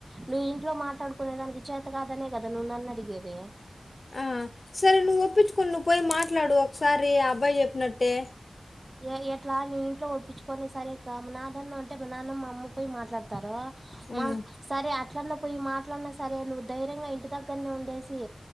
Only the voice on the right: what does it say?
నువ్వు ఇంట్లో మాట్లాడుకు ప ననకి చేతగా అదనే క అదను నన్న అడిగేదే
ఏ ఎట్లా నీ ఇంట్లో ఒప్పించుకొని సరే ఇకా మా నాన్నన్న ఉంటే మా నాన్నమ్ మా అమ్మ పోయి మాట్లాడతారు
మా సరే అట్లాన్న పోయి మాట్లాడిన సరే నువ్వు ధైర్యంగా ఇంటి దగ్గరనే ఉండేసి